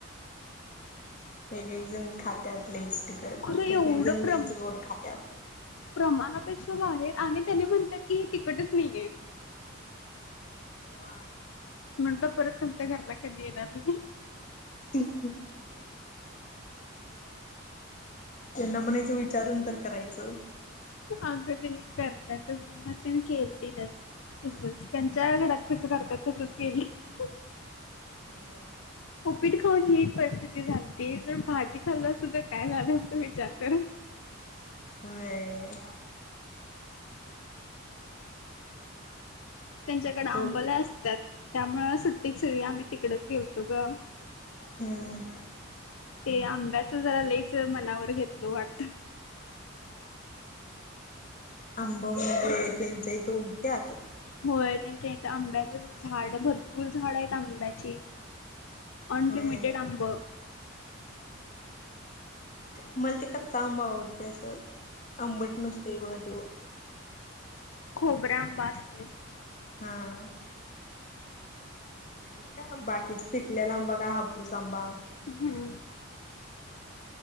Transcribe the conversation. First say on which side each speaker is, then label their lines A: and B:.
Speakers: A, on the left; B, on the left.
A: एक एक जन खात्यात लईच तिखट,
B: खरं एवढं
A: एक एक जण
B: प्रम
A: लईच गोड खात्यात.
B: प्रमाणापेक्षा बाहेर आणि त्यानी म्हणतात की, हे तिखटच नहीये.
A: वा.
B: म्हंटलं परत तुमच्या घरला कधी येणार नही.
A: हं ह्म. त्यांना म्हणायचं, विचारून तर करायचं.
B: आग त्यांनी करतात तस मम्म <unintelligible> त्यांनी खेळती ना. तेच तेच त्यांच्या घरात कसं करत्यात, तसं केलं.
A: होय
B: उपीट खाऊन, ही परिस्थि ती झालती ज भाजी खाल्लं असतं, तर काय झाल असत विचार कर.
A: व्हय.
B: त्यांच्याकड आंब
A: डोक
B: लय असत्यात, त्यामुळे सुट्टीत सगळी आम्ही तिकडच गेलतो ग.
A: हम्म.
B: ते आंब्याच जरा लईच मनावर घेतल वाटतं.
A: आबं, म्हणजे त्यांंच्या इथ उगत्यात.
B: होय त्यांच्या इथ आंब्याच, झाड भरपूर झाड आहेत आंब्याचे. अनलिमिटड
A: होय
B: आंब.
A: मला ते कच्चा आंबा आवडतोय असं, आंबट नसतोय बघा तो.
B: खोबऱ्या आंबा, असतोय.
A: हां. आणि का बाकीच पिकलेला आंबा का हापूस आंबा?
B: हम्म.